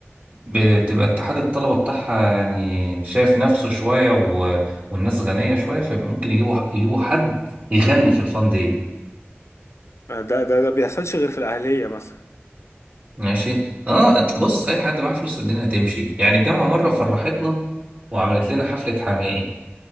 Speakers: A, on the right; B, on the left.
A: بتبقى اتحاد الطلبة بتاعها يعني شايف نفسه شوية و... والناس غنية شوية فممكن يجيبوا يجيبوا حد يغني في الفان داي
B: ده ده ده بيحصلش غير في الاهليه مثلا
A: ماشي اه بص اي حد معاه فلوس الدنيا هتمشي يعني الجامعة مرة فرحتنا وعملت لنا حفلة حماقي